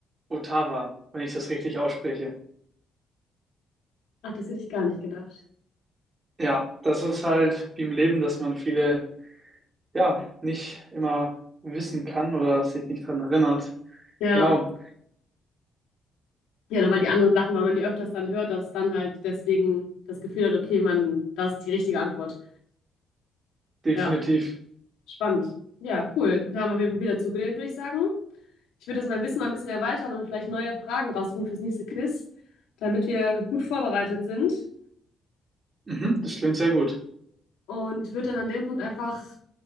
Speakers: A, on the right; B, on the left.
A: Ottawa, wenn ich das richtig ausspreche.
B: Ach, das hätte ich gar nicht gedacht.
A: Ja, das ist halt wie im Leben, dass man viele, ja, nicht immer wissen kann oder sich nicht daran erinnert.
B: Ja,
A: Genau,
B: ja, da- weil die anderen Sachen, weil man die öfters dann hört, dass dann halt deswegen das Gefühl hat, okay, man, das ist die richtige Antwort.
A: definitiv.
B: Ja, spannend. Ja, cool. Da haben wir auf jeden Fall viel dazugelernt, würde ich sagen. Ich würde das mein Wissen mal ein bisschen erweitern und vielleicht neue Fragen rausfinden fürs nächste Quiz, damit wir gut vorbereitet sind.
A: Mhm, das klingt sehr gut.
B: Und würde dann an dem Punkt einfach,